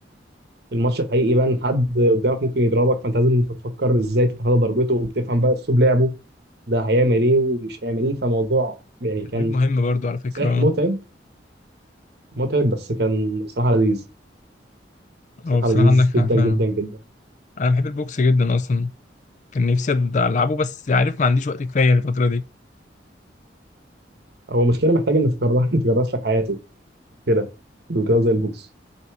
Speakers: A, on the right; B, on the left.
A: الماتش الحقيقي بقى إن حد قدامك ممكن يضربك فانت لازم تفكر ازاي تتفادى ضربته وبتفهم بقى اسلوب لعبه ده هيعمل ايه ومش هيعمل ايه فموضوع يعني
B: تدريب
A: كان
B: مهم برضو على فكرة
A: صحيح متعب
B: اه
A: متعب بس كان بصراحة لذيذ بصراحة
B: اه بصراحة
A: لذيذ
B: عندك حق
A: جدا
B: فعلا
A: جدا جدا
B: انا بحب البوكس جدا اصلا كان نفسي أد- العبه بس عارف ما عنديش وقت كفاية الفترة
A: هو مشكلة محتاج ان تكرر <laughs> تكرس لك حياته كده الرياضة زي البوكس